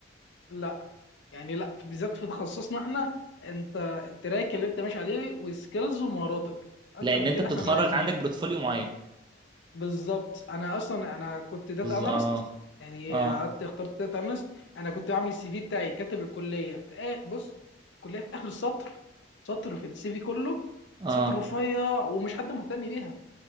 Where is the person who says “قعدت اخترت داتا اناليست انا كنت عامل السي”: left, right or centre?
Left